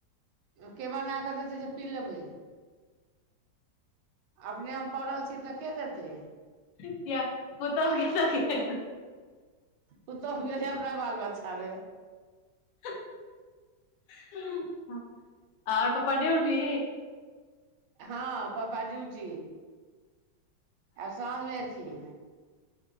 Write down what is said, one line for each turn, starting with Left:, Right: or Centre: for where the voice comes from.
Right: के बना कऽ देतै जे पी लेबै अपने हम पड़ल छी तऽ के दे से।
Left: किया <unintelligible>
Right: पुतहु गेलै अपना बाल बच्चामे। <unintelligible>
Left: <unintelligible> आर प्पा ड उटी।
Right: हँ प्पा जच आब साँझमेथिन।